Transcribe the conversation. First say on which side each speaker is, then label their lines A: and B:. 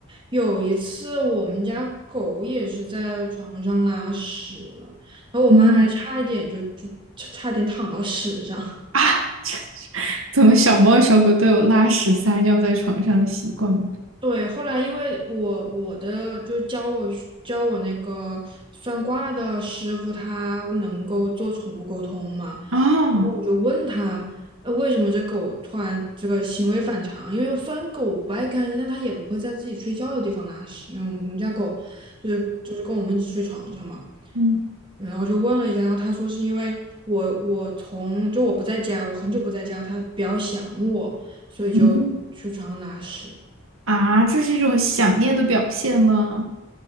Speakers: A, on the right; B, on the right.
A: 有一次我们家狗也是在床上拉屎了，然后我妈还差一点就就差差点躺到屎上。
B: 嗯，啊，<laughs> 怎么小猫小狗都有拉屎撒尿在床上的习惯吗？
A: 对，后来因为我我的就教我教我那个算卦的师傅，他能够做宠物沟通嘛，
B: 哦，
A: 然后我就问他，呃，为什么这狗突然这个行为反常？因为虽然狗不爱干净，但它也不会在自己睡觉的地方拉屎，因为我们我们家狗就是就是跟我们一起睡床上嘛。
B: 嗯
A: 然后就问了一下，然后他说是因为我我从就我不在家，我很久不在家，它比较想我，所以就去床上拉屎。
B: 嗯。啊，这是一种想念的表现吗？